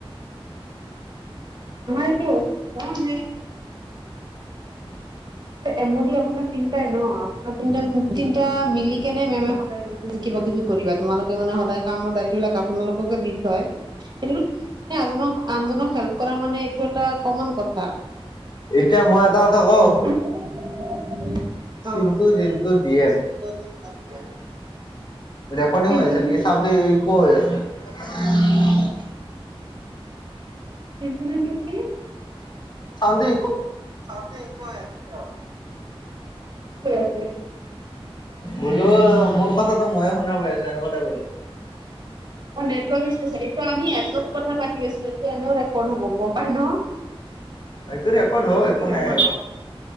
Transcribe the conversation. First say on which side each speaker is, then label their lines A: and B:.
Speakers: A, on the right (about 45°); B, on the left (about 45°).
A: <unintelligible> এমনি আপোনাৰ তিনটাই ন আপোনাৰ তিনটা মিলি কেনে মে সদায় কৰি। কিবা কিবি কৰিবা তোমালোকে মানে সদায় কামৰ দায়িত্ববলাক আপোনালোককে দি থয়, সেইটোজনৰ আনজনক হেল্প কৰা মানে এইটো এটা কমন কথা।
B: এতিয়া মই এটা কথা কওঁ
A: <unintelligible>
B: Chintu
A: <unintelligible>
B: Jintu D M recording
A: পিন্টু
B: হৈ আছে
A: জোনটো
B: নেকি চাওঁতে ইক হৈ আছে।
A: <unintelligible>
B: চানধি
A: কি কৰি আছে।
B: বোলো মোৰ কথাটো ময়ে শুনা পায় আছো এনেকুৱা টাইপ হয় আছে।
A: অ' নেটৱৰ্ক এইটো আমি এপত কথা পাতি আছো এইটো এনেও ৰেকৰ্ড হব গম পাই ন। <inaudible>
B: এইটো ৰেকৰ্ড হয় একো
A: <unintelligible>
B: নাই